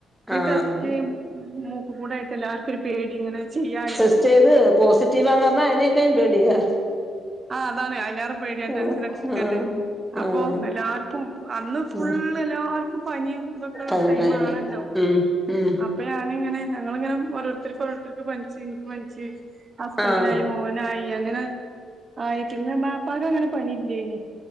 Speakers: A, on the right; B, in the centre.
A: ഈ
B: ആഹ്
A: ടെസ്റ്റ് <inaudible> കൂടായിട്ട് എല്ലാവർക്കും പേടി ഇങ്ങനെ. ചെയ്യാന്
B: ടെസ്റ്റ് ചെയ്ത് പോസിറ്റീവാന്ന് റഞ്ഞാ അയിനേക്കാൻ പേടിയാ.
A: ആ അതാണ് അയ്‌ ലാറെപേടിയാ ടെൻഷൻ
B: ആഹ്
A: അടിച്ച് ക്കാണ്ടെ.
B: ആഹ്
A: അപ്പൊ
B: ആഹ്
A: എല്ലാർക്കും അന്ന് ഫു
B: ഉം
A: <inaudible> <unintelligible> എല്ലാർക്കും പനിം തൊക്കെള്ള
B: പനി
A: ടൈമാണല്ലോ.
B: പനി ഉം ഉം
A: അപ്പ ഞാനിങ്ങനെ <inaudible> ഞങ്ങളിങ്ങനെ ഓരോരുത്തർക്ക് ഓരോരുത്തർക്ക് പനിച്ച് പനിച്ച് ഹസ്ബൻഡിനായി
B: ആഹ്
A: മോനായി അങ്ങനെ. ആയി പിന്നെ ബാപ്പാക്ക് അങ്ങനെ പണിയില്ലേ നി